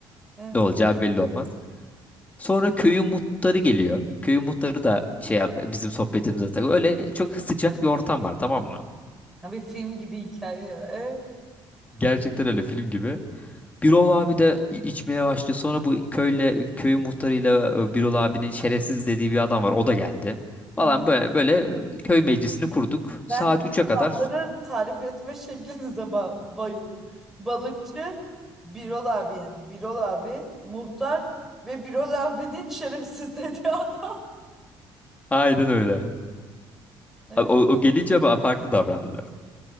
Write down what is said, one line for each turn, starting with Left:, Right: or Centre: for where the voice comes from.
Centre: Evet.
Left: Ne olacağı belli olmaz. Sonra köyün muhtarı geliyor. Köyün muhtarı da şey yap- bizim sohbetimize takıyor. Öyle çok sıcak bir ortam var tamam mı?
Centre: Ha bir film gibi hikaye ya. Evet.
Left: Gerçekten öyle film gibi. Birol abi de i- içmeye başlıyor. Sonra bu köyle köyün muhtarıyla e, Birol abinin şerefsiz dediği bir adam var. O da geldi. Falan
Centre: Hı.
Left: böyle böyle köy meclisini kurduk.
Centre: Ben
Left: Saat
Centre: insanları
Left: üç'e kadar
Centre: tarif etme <laughs> şeklinize ba- bayıldım. Balıkçı, Birol abi yani. Birol abi, muhtar ve Birol abinin şerefsiz dediği adam.
Left: Aynen öyle.
Centre: <laughs> Evet.
Left: Abi O, o gelince ba- farklı davrandılar.